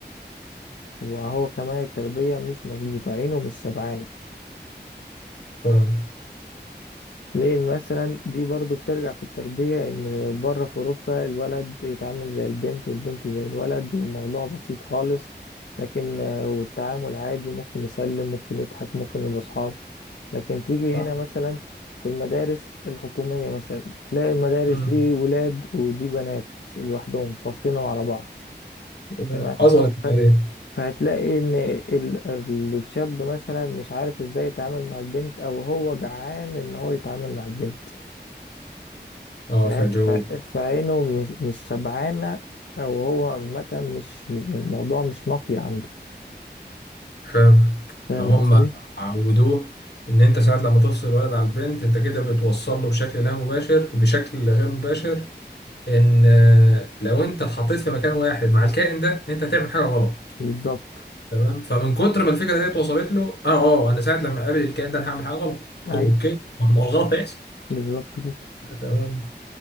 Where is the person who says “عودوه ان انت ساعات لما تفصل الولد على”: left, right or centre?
Left